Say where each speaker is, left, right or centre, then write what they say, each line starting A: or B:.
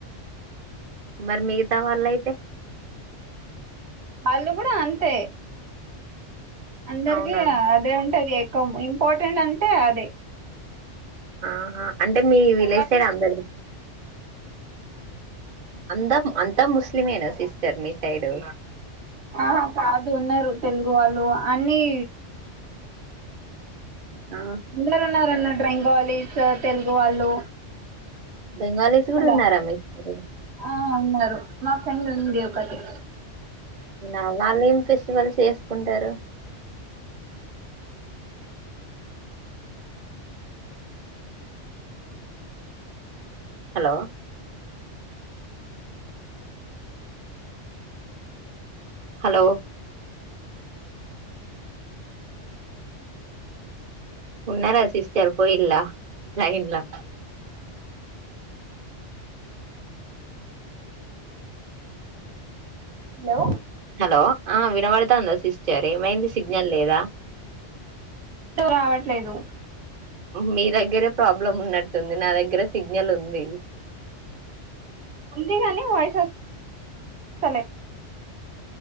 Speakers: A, on the right; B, on the right.
A: మరి మిగతా వాళ్ళ అయితే
B: వాళ్ళు కూడా అంతే అందరికి
A: అవునా
B: అదే ఉంటది ఇంపార్టెంట్ అంటే అదే
A: ఆహా అంటే మీ విలేజ్
B: ఆ
A: సైడ్ అందరు అంతా అంతా ముస్లిమేనా సిస్టర్ మీ సైడు
B: ఆ కాదు ఉన్నరు తెలుగు వాళ్ళు అన్ని
A: ఆ
B: అందరు ఉన్నారు అన్న డ్రీంగాలీస్ తెలుగు వాళ్ళు
A: బెంగాలీస్ కూడా
B: అలా
A: ఉన్నారు రమేష్ గ
B: ఆ ఉన్నారు మా ఫ్రెండ్ ఉంది ఒకటి
A: అ వాల్ల్ ఎం మంచి మంచి చేసుకుంటారు హలో హలో ఉన్నార సిస్టర్ పోయిలా లైన్ లో
B: హలో
A: హలో ఆ వినబడుతాందా సిస్టర్ ఏమైంది సిగ్నల్ లేదా
B: అంట రావట్లేదు
A: మీ దగ్గరే ప్రాబ్లం ఉన్నట్టుంది నా దగ్గర సిగ్నల్ ఉంది
B: ఉందిగాని వాయిస్ వస్ లే